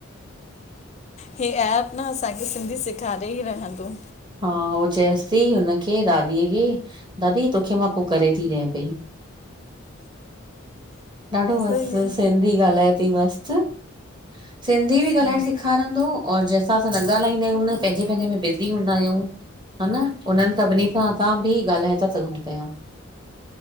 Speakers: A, on the left; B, on the right.
A: हे ऐप न असांखे सिंधी सेखारे ई रहंदो।
B: हा हो चएसि थी हुनखे दादीअ खे। दादी तोखे मां पोइ करे थी ॾियां पई। ॾाढो मस्तु
A: सही आहे
B: सिंधी ॻाल्हाए थी मस्तु। सिंधी बि
A: सही
B: ॻाल्हाइण सेखारींदो और जंहिंसा असां न ॻाल्हाईंदायूं न हुन पंहिंजे पंहिंजे में बिज़ी हूंदा आहियूं हा न उन्हनि सभिनी सां असां बि ॻाल्हाए था सघूं पिया।